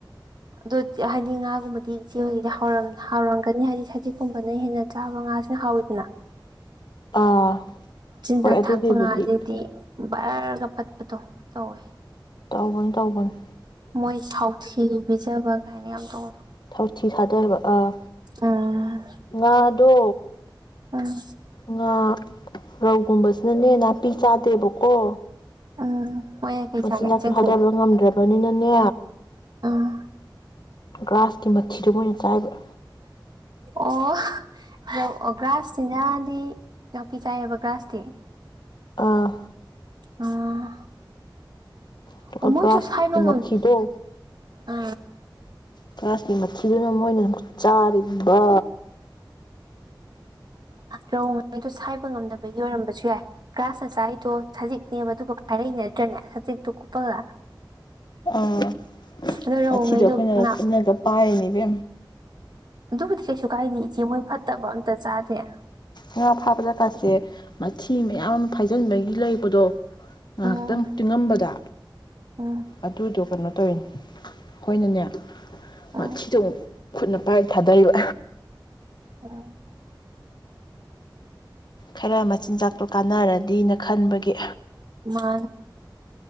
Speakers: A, on the right; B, on the left.
A: ꯑꯗꯨꯣ ꯍꯥꯏꯗꯤ ꯉꯥꯒꯨꯝꯕꯗꯤ ꯏꯆꯦ ꯍꯗꯤ ꯍꯥꯎꯔꯝꯒꯅꯤ ꯍꯥꯏꯗꯤ ꯁꯖꯤꯛꯀꯨꯝꯕꯅ ꯍꯦꯟꯅ ꯆꯥꯕ ꯉꯥꯁꯤꯅ ꯍꯥꯎꯋꯤꯗꯅ
B: ꯑꯥ ꯍꯣꯏ
A: ꯇ
B: ꯑꯗꯨꯒꯤꯕꯨꯗꯤ
A: ꯊꯥꯛꯄꯣ ꯉꯗꯗꯤ ꯔꯒ ꯐꯠꯄꯊ ꯇ ꯑꯣꯏ
B: ꯇꯒꯅꯤ ꯇꯒꯅꯤ
A: ꯃꯣꯏ ꯊꯥꯎꯊꯤꯕꯤꯖꯕꯛ ꯀꯥꯏꯅꯤ ꯌꯥꯝ ꯑꯃ ꯇꯧꯕꯗꯣ
B: ꯊꯧꯊꯤ ꯊꯥꯗꯑꯕ ꯑꯥ
A: ꯎꯝ
B: ꯉꯥꯗꯣ
A: ꯎꯝ
B: ꯉ ꯔꯧꯒꯨꯝꯕꯁꯤꯅꯅꯦ ꯅꯥꯄꯤ ꯆꯥꯗꯦꯕꯀꯣ
A: ꯎꯝ ꯃꯣꯏꯅ ꯀꯩ
B: ꯃꯆꯤꯟꯖꯥꯛꯇꯣ
A: ꯆꯥꯒꯦ ꯆꯦꯡꯀꯨꯞ
B: ꯍꯥꯗꯣꯛꯕ ꯉꯝꯗ꯭ꯔꯕ ꯅꯤꯅꯅꯦ
A: ꯎꯝ
B: ꯒ꯭ꯔꯥꯁꯀꯤ ꯃꯊꯤꯗꯣ ꯃꯣꯏꯅ ꯆꯥꯏꯕ꯭ꯔ
A: ꯑꯣ ꯑꯒ꯭ꯔꯥꯁꯁꯤꯡꯅꯗꯤ ꯅꯥꯄꯤ ꯆꯥꯏꯑꯕ ꯒ꯭ꯔꯥꯁꯇꯤ
B: ꯑꯥ
A: ꯑꯥ
B: ꯑꯗꯨꯒ
A: ꯑꯣ ꯃꯣꯏ
B: ꯒ꯭ꯔꯥꯁꯀꯤ
A: ꯇ ꯁꯥꯏꯕꯉꯥꯡ
B: ꯃꯊꯤꯗꯣ
A: ꯑ
B: ꯒ꯭ꯌꯥꯁꯀꯤ ꯃꯊꯤꯗꯨꯅ ꯃꯣꯏꯅꯛ ꯆꯥꯔꯤꯕ
A: ꯔꯧ ꯃꯉꯩꯗꯣ ꯁꯥꯏꯕ ꯉꯝꯗꯕꯒꯤ ꯌ ꯑꯣꯏꯔꯝꯕꯁꯨ ꯌꯥꯏ ꯒ꯭ꯔꯥꯁ ꯃꯆꯥ ꯑꯩꯗꯣ ꯁꯖꯤꯛꯅꯦꯕ ꯑꯗꯨꯒ ꯄꯥꯏꯔꯛꯏ ꯅꯠꯇ꯭ꯔꯅꯦ ꯁꯖꯤꯛꯇꯣ ꯀꯨꯞꯄꯒ
B: ꯑꯥ
A: ꯑꯗꯣ ꯔꯧꯉꯩꯗꯣ
B: ꯃꯁꯤꯤꯗꯣ ꯑꯩꯈꯣꯏꯅ
A: ꯉꯥ
B: ꯈꯅꯒ ꯄꯑꯅꯤꯕꯤ
A: ꯑꯗꯨꯕꯨꯗꯤ ꯀꯩꯁꯨ ꯀꯥꯏꯗꯦ ꯏꯆꯦ ꯃꯣꯏ ꯐꯠꯇꯕ ꯑꯝꯇ ꯆꯥꯗꯦ ꯑ
B: ꯉꯥ ꯐꯥꯕ ꯖꯒꯥꯁꯦ ꯃꯊꯤ ꯃꯌꯥꯝ ꯐꯥꯏꯖꯤꯟꯕꯒꯤ ꯂꯩꯕꯗꯣ ꯉꯥꯏꯍꯥꯛꯇꯪ
A: ꯎꯝ
B: ꯇꯤꯡꯉꯝꯕꯗ
A: ꯎꯝ
B: ꯑꯗꯨ ꯗꯣꯛ ꯀꯩꯅꯣ ꯇꯧꯔꯤꯅꯤ ꯍꯣꯏꯅꯅꯦ
A: ꯎꯝ
B: ꯃꯊꯤꯁꯨ ꯑꯃꯨꯛ ꯈꯨꯠꯅ ꯄꯥꯏꯞ ꯊꯥꯗꯔꯤꯕ
A: ꯑꯥ
B: ꯈꯔ ꯃꯆꯤꯟꯖꯥꯛꯇꯣ ꯀꯥꯟꯅꯔꯗꯤꯅ ꯈꯟꯕꯒꯤ
A: ꯃꯥ